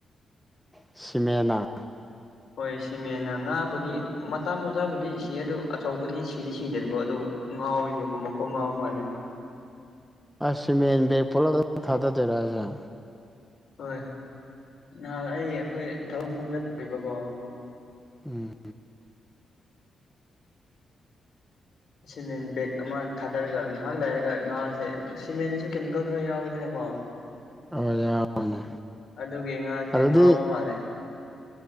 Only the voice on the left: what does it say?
ꯍꯣꯏ ꯁꯤꯃꯦꯅ ꯉꯥꯕꯨꯗꯤ ꯃꯆꯥ ꯃꯆꯥꯕꯨꯗꯤ ꯁꯤ ꯑꯗꯨ ꯑꯆꯧꯕꯗꯤ ꯁꯤꯗꯤ ꯁꯤꯗꯦꯕꯀꯣ ꯑꯗꯨ ꯉꯥꯎꯋꯤꯕꯀꯣ ꯃꯀ‌ꯣꯛ ꯉꯥꯎ ꯃꯥꯜꯂꯦ
ꯍꯣꯏ ꯅꯍꯥꯟ ꯑꯩ ꯑꯩꯈꯣꯏ ꯊꯕꯛꯐꯝꯗ <unintelligible> ꯕꯀꯣ
ꯁꯤꯃꯦꯟ ꯕꯦꯒ ꯑꯃ ꯊꯥꯗꯔꯒ ꯉꯥꯍꯥꯛ ꯂꯩꯔꯒ ꯉꯥꯁꯦ ꯁꯤꯃꯦꯟꯁꯨ ꯀꯦꯃꯤꯀꯦꯜ ꯈꯔ ꯌꯥꯎꯋꯤꯗꯅꯀꯣ
ꯑꯗꯨꯒꯤ ꯉꯥꯁꯦ
ꯉꯥꯎꯕ ꯃꯥꯜꯂꯦ